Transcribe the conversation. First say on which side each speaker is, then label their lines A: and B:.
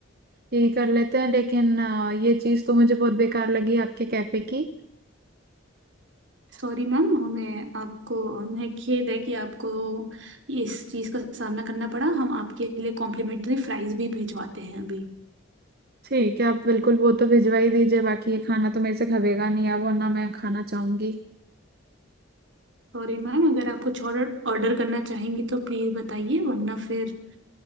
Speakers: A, on the right; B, on the right.
A: यही कर लेते हैं लेकिन अ, ये चीज़ तो मुझे बहुत बेकार लगी आपके कैफे की
B: सॉरी मैम हमें आपको हमें खेद है कि आपको इस चीज़ का सामना करना पड़ा हम आपके लिए कॉम्प्लीमेंट्री फ्राइज भी भिजवाते हैं अभी
A: ठीक है आप बिल्कुल वो तो भिजवा ही दीजिए बाकी ये खाना तो मेरे से खबेगा नहीं अब वरना मैं खाना चाहूंगी
B: सॉरी मैम अगर आप कुछ ऑर्डर ऑर्डर करना चाहेंगी तो प्लीज़ बताइए वरना फिर